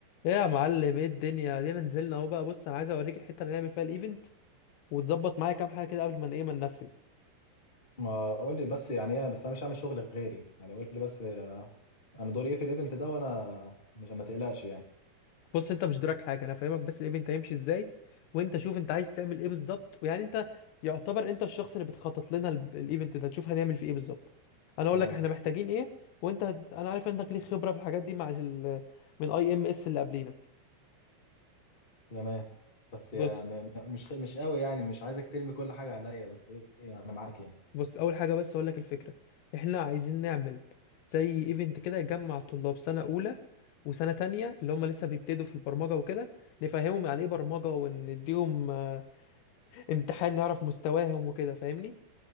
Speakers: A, on the left; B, on the left.
A: ايه يا معلم ايه الدنيا دينا نزلنا اهو بقى بص انا عايز اوريك الحته اللي نعمل فيها الايفنت وتظبط معايا كام حاجه كده قبل ما ايه ما ننفذ
B: ما قول لي بس يعني ايه بس انا مش هعمل شغل غيري يعني قول لي بس آه، انا دوري ايه في الايفنت ده وانا مش ما تقلقش يعني
A: بص انت مش دورك حاجه انا فاهمك بس الايفنت هيمشي ازاي وانت شوف انت عايز تعمل ايه بالظبط ويعني انت يعتبر انت الشخص اللي بتخطط لنا ال- الايفنت ده تشوف هنعمل فيه ايه بالظبط انا اقول
B: تمام
A: لك احنا محتاجين ايه وانت هت- انا عارف انك ليك خبره في الحاجات دي مع ال... من اي ام اس اللي قبلينا
B: تمام بس
A: بص
B: يعني م- م- مش مش قوي يعني مش عايزك ترمي كل حاجه عليا بس ايه إيه، انا معاك يعني
A: بص اول حاجه بس اقول لك الفكره احنا عايزين نعمل زي ايفنت كده يجمع طلاب سنه اولى وسنه تانية اللي هم لسه بيبتدوا في البرمجه وكده نفهمهم يعني ايه برمجه ونديهم آه، امتحان نعرف مستواهم وكده فاهمني